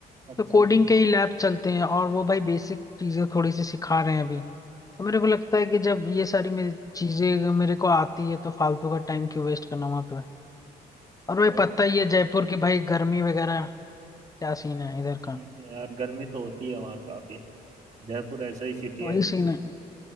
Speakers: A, on the right; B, on the left.
A: अच्छा
B: तो कोडिंग के ही लैब चलते हैं और वो भाई बेसिक चीजें थोड़ी सी सिखा रहे हैं अभी तो मेरे को लगता है कि जब ये सारी मेरी चीजें मेरे को आती है तो फालतू का टाइम क्यों वेस्ट करना वहां पे और भाई
A: सही
B: पता ही है जयपुर की भाई गर्मी वगैरह क्या सीन है इधर का
A: हम्म, यार गर्मी तो होती है वहाँ काफी जयपुर ऐसा ही सिटी
B: वही
A: है
B: सीन है